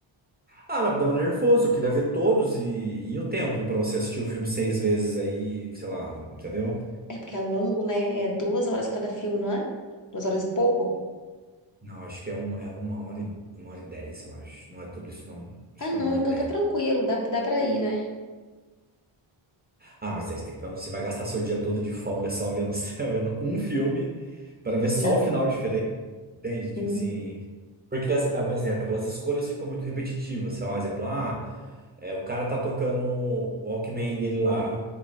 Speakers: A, on the right; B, on the left.
A: Ah, não, dava nervoso, eu queria ver todos e, e o tempo pra você assistir o filme seis vezes aí, sei lá, entendeu?
B: É porque é longo, né? É duas horas cada filme, não é? Duas horas e pouco?
A: Não, acho que é uma, é uma hora e, uma hora e dez, eu acho. Não é tudo isso, não. Acho
B: Ah,
A: que
B: não,
A: é uma hora
B: então
A: e dez.
B: tá tranquilo, dá, dá pra ir, né?
A: Ah, mas aí você tem que estar, você vai gastar seu dia todo de folga só vendo, <laughs> só vendo um filme para ver só
B: Não.
A: o final diferente. Entende? Tipo
B: Hum.
A: assim. Porque, as, ah, um exemplo, as escolhas ficam muito repetitivas. Sei lá, um exemplo, ah, é, o cara tá tocando o Walkman dele lá.